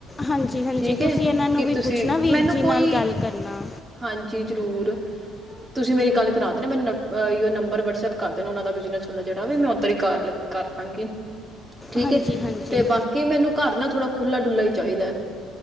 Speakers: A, on the left; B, on the right.
A: ਹਾਂਜੀ ਹਾਂਜੀ
B: ਠੀਕ
A: ਤੁਸੀਂ
B: ਹੈ!
A: ਇਹਨਾਂ ਨੂੰ
B: ਕਿ
A: ਵੀ
B: ਤੁਸੀਂ,
A: ਪੁੱਛਣਾ ਵੀਰ
B: ਮੈਨੂੰ
A: ਜੀ
B: ਕੋਈ,
A: ਨਾਲ ਗੱਲ ਕਰਨਾ
B: ਹਾਂਜੀ ਜਰੂਰ। ਤੁਸੀਂ ਮੇਰੀ ਗੱਲ ਕਰਾ ਦੇਨਾ। ਮੈਨ ਅਯ ਨੰਬਰ ਵਟਸਐਪ ਕਰ ਦੇਨਾ ਔਨਾ ਦਾ, ਬਿਜ਼ਨਸ ਵਾਲਾ ਜੇੜਾ ਵੀ ਮੈਂ ਉਧਰ ਹੀ ਕਾੱਲ ਕਰ ਦਾਂਗੀ, ਠੀਕ
A: ਹਾਂਜੀ
B: ਐ।
A: ਹਾਂਜੀ
B: ਤੇ ਬਾਕੀ ਮੈਨੂੰ ਘਰ ਨਾ ਥੋੜਾ ਖੁੱਲਾ ਡੁੱਲਾ ਈ ਚਾਹੀਦੈ।